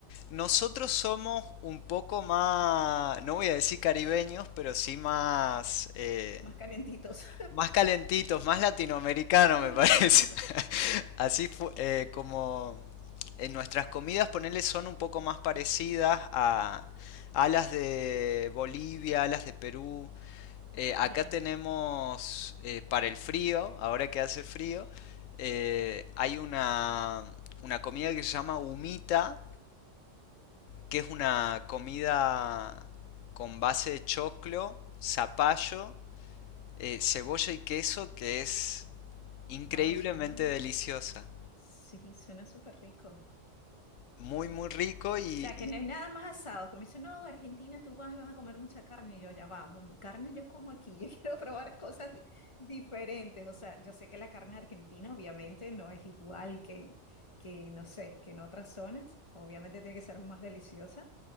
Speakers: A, on the left; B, on the left.
A: Nosotros somos un poco más, no voy a decir caribeños, pero sí más, eh,
B: más calentitos.
A: más calentitos, más latinoamericano
B: <laughs>
A: me parece. <laughs> Así fu- eh, como en nuestras comidas, ponerle son un poco más parecidas a, a las de Bolivia, a las de Perú. Eh, acá
B: Ya.
A: tenemos eh, para el frío, ahora que hace frío, eh, hay una, una comida que se llama humita, que es una comida con base de choclo, zapallo eh, cebolla y queso que es increíblemente
B: Wow, suena.
A: deliciosa.
B: Sí, suena súper rico.
A: Muy, muy rico y,
B: O sea,
A: y
B: que no es nada más asado. Que me dicen, no, Argentina, tú vas y vas a comer mucha carne. Y yo, ya vamos, mi carne yo como aquí. Yo <laughs> quiero probar cosas di- diferentes. O sea, yo sé que la carne argentina obviamente no es igual que, que, no sé, que en otras zonas. Obviamente tiene que ser más deliciosa,